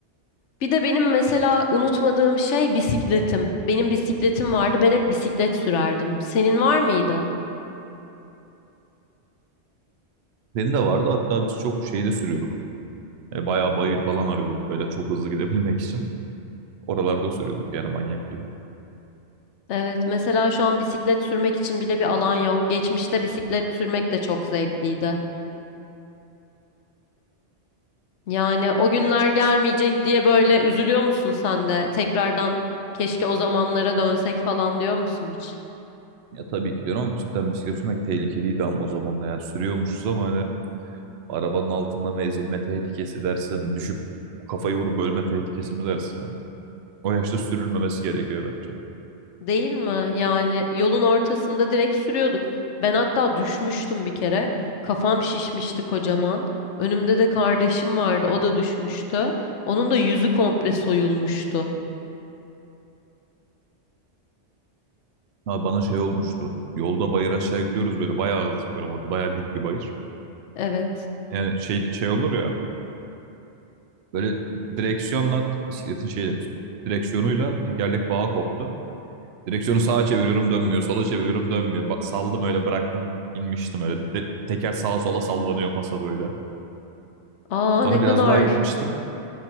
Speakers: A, on the left; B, on the right.
A: Bir de benim mesela unutmadığım şey bisikletim. Benim bisikletim vardı. Ben hep bisiklet sürerdim. Senin var mıydı?
B: Benim de vardı. Hatta biz çok şeyde sürüyorduk. E, bayağı bayır falan arıyorduk böyle çok hızlı gidebilmek için. Oralarda sürüyorduk yani manyak gibi.
A: Evet, mesela şu an bisiklet sürmek için bile bir alan yok. Geçmişte bisiklet sürmek de çok zevkliydi. Yani o günler gelmeyecek diye böyle üzülüyor musun sen de? Tekrardan keşke o zamanlara dönsek falan diyor musun hiç?
B: Ya tabii ki diyorum ama cidden bisiklet sürmek tehlikeliydi ama o zaman da yani sürüyormuşuz ama hani arabanın altında mı ezilme tehlikesi dersin, düşüp kafayı vurup ölme tehlikesi mi dersin yani. O yaşta sürülmemesi gerekiyor bence.
A: Değil mi? Yani yolun ortasında direkt sürüyorduk. Ben hatta düşmüştüm bir kere. Kafam şişmişti kocaman. Önümde de kardeşim vardı. O da düşmüştü. Onun da yüzü komple soyulmuştu.
B: Abi bana şey olmuştu. Yolda bayır aşağı gidiyoruz böyle bayağı hızlı gidiyorum. Orada bayağı dik bir bayır.
A: Evet.
B: Yani şey şey olur ya böyle direksiyonla bisikletin şeyle tut, direksiyonuyla tekerlek bağı koptu. Direksiyonu sağa çeviriyorum dönmüyor, sola çeviriyorum dönmüyor. Ba- saldım öyle bıraktım inmiştim öyle. De- teker sağa sola sallanıyor pasa böyle.
A: Aa
B: Sonra
A: ne kadar
B: biraz daha gitmiştim.